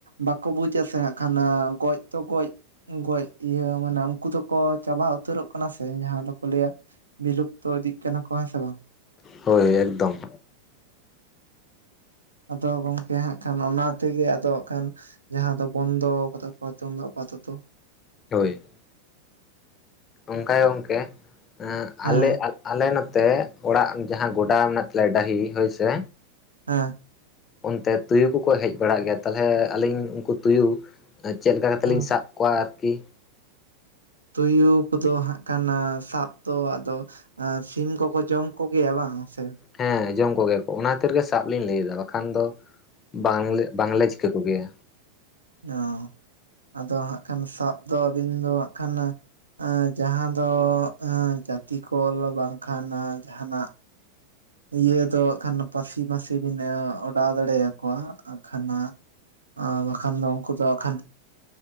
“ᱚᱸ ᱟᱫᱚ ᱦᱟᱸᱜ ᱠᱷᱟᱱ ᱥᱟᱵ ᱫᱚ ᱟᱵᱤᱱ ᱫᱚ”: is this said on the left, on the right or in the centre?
Right